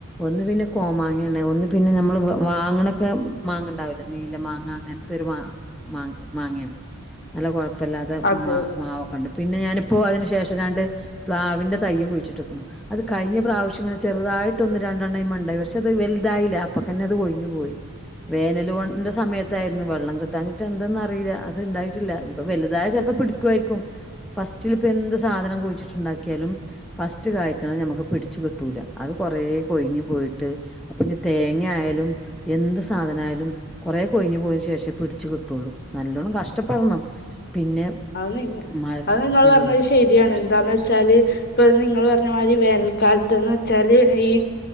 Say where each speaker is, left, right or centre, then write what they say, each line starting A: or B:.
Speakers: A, in the centre; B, on the left.
A: ഒന്ന് പിന്നെ കോമാങ്ങന്നെ ഒന്ന് പിന്നെ നമ്മള് വ വാങ്ങണൊക്കെ മാങ്ങണ്ടാവില്ലെ നീല മാ ങ്ങ അങ്ങൻത്തൊര് മാ മാങ്ങേ മാങ്ങേണ് നല്ല കൊഴ പ്പല്ലാതെ
B: അത്
A: മാ മാവൊക്കെണ്ട് പിന്നെ ഞാനിപ്പോ അതിന് ശേഷം രണ്ട് പ്ലാവിന്റെ തയ്യ് കുഴിട്ടേക്കണു അത് കഴിഞ്ഞ പ്രാവശ്യ ഇങ്ങനെ ചെറുതായിട്ട് ഒന്ന് രണ്ടെണ്ണ ഇണ്ടായി പക്ഷെ പക്ഷെ അത് വല്തായില്ല അപ്പൊ തന്നെ അത് കൊഴിഞ്ഞു പോയി വേനലിന്റെ സമയത്തായിരുന്നു വെള്ളം കിട്ടാഞ്ഞിട്ട് എന്തന്നറിയില്ല അത് ഇണ്ടായിട്ടില്ലപ്പ വലുതായ ചിലപ്പോ പിടിക്കുായിരിക്കും ഫസ്റ്റിലിപ്പ എന്ത് സാധനം കുഴിച്ചിട്ടുണ്ടാക്കിയാലും ഫസ്റ്റ് കായ്ക്കണ ഞമുക്ക് പിടിച്ചു കിട്ടൂല അത് കൊറേ കൊഴിഞ്ഞു പോയിട് ട്ട് അപ്പൊ ഇനി തേങ്ങ ആയാലും എന്ത് സാധന ആയാലും കൊറേ കൊഴിഞ്ഞ് പോയതിന് ശേഷേ പിടിച്ചു കിട്ടുള്ളൂ നല്ലോണം കഷ്ടപ്പെടണം പിന്നെ
B: അത് നിങ്ങ
A: മഴ
B: അത് നിങ്ങള്
A: അതെ
B: പറഞ്ഞത് ശരിയാണ് ന്താന്ന് വെച്ചാല് ഇപ്പ നിങ്ങള് പറഞ്ഞ മാതിരി വേനൽക്കാലത്ത്ന്ന് വെച്ചാൽ ഈ